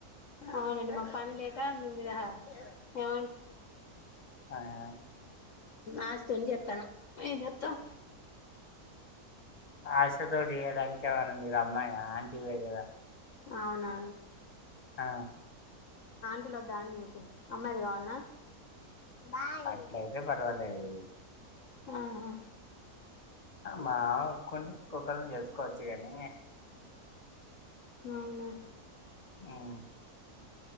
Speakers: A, on the left; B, on the left.
A: అవున మాకు పని లేక మీ మీద ఆ
B: <unintelligible>
A: ఆస్తి ఏం చేస్తానవ్ ఏంచేత్తం
B: ఆశ తోటి చేయడానికి ఏమన్నా మీరు అమ్మాయా ఆంటీ నే కదా
A: అవునా
B: ఆ
A: టి లోద్దా అండి మీకు అమ్మాయిలు కావాల్నా బాయ్
B: అట్లయితే పర్వాలేదు
A: ఆహా
B: మా ఆవిడ ఒప్పుకుంటే ఇంకొకరిని చేసుకోవచ్చు కదా
A: అవునా
B: ఉమ్.